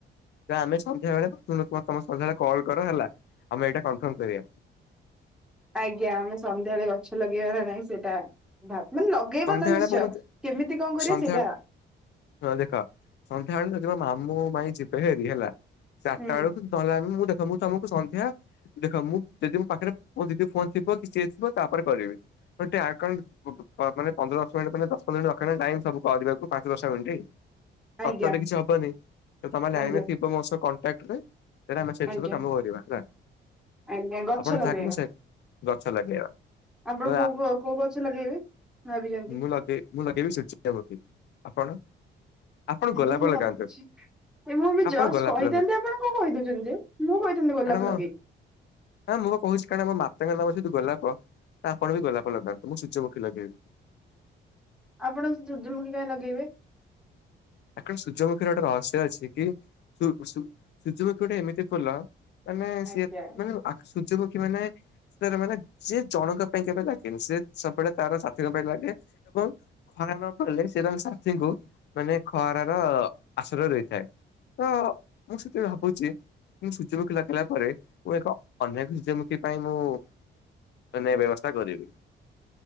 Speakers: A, on the left; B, in the centre.
A: ଏଟା ଆମେ ସନ୍ଧ୍ୟାବେଳେ ତମେ ସନ୍ଧ୍ୟାବେଳେ କଲ୍ କର ହେଲା ଆମେ ଏଇଟା କନଫର୍ମ କରିବା।
B: ଆଜ୍ଞା। ଆମେ ସନ୍ଧ୍ୟାବେଳେ ଗଛ ଲଗେଇବ ନା ନାହିଁ ସେଇଟା ଭାବ୍ ମାନେ ଲ ଲଗେଇବା
A: ସନ୍ଧ୍ୟାବେଳେ
B: ତ ନିଶ୍ଚୟ
A: ମୁଁ
B: କେମିତି କଣ କରିବା
A: ସନ୍ଧ୍ୟା
B: ସେଇଟା
A: ହଁ ଦେଖ ସନ୍ଧ୍ୟା ବେଳ ଯିବା ମାମୁଁ ମାଇଁ ଯିବେ ହେରି ହେଲା ଚାରଟା
B: ହୁଁ
A: ବେଳକୁ <unintelligible> ମୁଁ ଦେଖ ମୁଁ ତମକୁ ସନ୍ଧ୍ୟା ଦେଖ ମୁଁ ଯଦି ମୋ ପାଖରେ ମୋ ଦିଦି ଫୋନ୍ ଥିବ କି ସେ ଥିବ ତାପରେ କରିବି। <unintelligible> ମାନେ ପନ୍ଦର ଦଶ ମିନିଟ୍ ମାନେ ଦଶ ପନ୍ଦର ମିନିଟ୍ ପାଖାପାଖି ଟାଇମ୍ ସବୁ କରିବାକୁ ପାଞ୍ଚ ଦଶ ମିନିଟ୍। ନକଲେ
B: ଆଜ୍ଞା
A: କିଛି ହବନି। ତ ତମେ ଲାଇନ୍
B: ଆଜ୍ଞା
A: ରେ ଥିବ ମୋ ସହ କଣ୍ଟାକ୍ଟରେ ସେଇଟା ଆମେ <unintelligible>
B: ଆଜ୍ଞା
A: ସବୁ କାମ କରିବା ହେଲା।
B: ଆଜ୍ଞା ଗଛ
A: ଆପଣ <unintelligible>
B: ଲଗେଇବା
A: ମୁଁ ସେ ଗଛ ଲଗେଇବା।
B: ଆପଣ
A: ତ
B: କୋଉ କୂଅ କୋଉ ଗଛ ଲଗେଇବେ? ଭାବିଛନ୍ତି?
A: ମୁଁ ଲଗେଇ ମୁଁ ଲଗେଇ ବି <unintelligible> ଆପଣ? ଆପଣ ଗୋଲାପ
B: ମୁଁ
A: ଲଗାନ୍ତୁ
B: ଭାବୁଚି ଏ ମୁଁ ବି
A: ଆପଣ
B: ଜଷ୍ଟ
A: ଗୋଲାପ
B: କହିଥାନ୍ତି
A: ଲଗାନ୍ତୁ
B: ଆପଣ କଣ କହିଦଉଛନ୍ତି ଯେ। ମୁଁ କହିଥାନ୍ତି ଗୋଲାପ
A: କାରଣ ମୋ
B: ଲଗେଇବି।
A: ହଁ ମୁଁ ପା କହୁଚି କାରଣ ମୋ ମାତାଙ୍କ ନାମ ଯେତେତୁ ଗୋଲାପ, ଆପଣ ବି ଗୋଲାପ ଲଗାନ୍ତୁ। ମୁଁ ସୂର୍ଯ୍ୟମୁଖୀ ଲଗେଇବି।
B: ଆପଣ ସୂର୍ଯ୍ୟମୁଖୀ କାଇଁ ଲଗେଇବେ?
A: <unintelligible> ସୂର୍ଯ୍ୟମୁଖୀ ର ଗୋଟେ ରହସ୍ୟ ଅଛି କି ସୂ ସୂ ସୂର୍ଯ୍ୟମୁଖୀ ଗୋଟେ ଏମିତି ଫୁଲ ମାନେ ସିଏ
B: ଆଜ୍ଞା
A: ମାନେ ଆକ୍ ସୂର୍ଯ୍ୟମୁଖୀ ମାନେ ସେରା ମାନେ ଯିଏ ଜଣଙ୍କ ପାଇଁ କେବେ ଲାଗେନି, ସେ ସବୁବେଳେ ତାର ସାଥିଙ୍କ ପାଇଁ ଲାଗେ। ଏବଂ ଖରା ନ ପଡିଲେ ସେ ତାଙ୍କ ସାଥିଙ୍କୁ ମାନେ ଖରା ର ଆଶ୍ରୟ ଦେଇଥାଏ। ତ ମୁଁ ସେଥିପାଇଁ ଭାବୁଚି ମୁଁ ସୂର୍ଯ୍ୟମୁଖୀ ଲଗେଇଲା ପରେ ମୁଁ ଏକ ଅନ୍ୟ ଏକ ସୂର୍ଯ୍ୟମୁଖୀ ପାଇଁ ମୁଁ ମାନେ ବ୍ୟବସ୍ଥା କରିବି।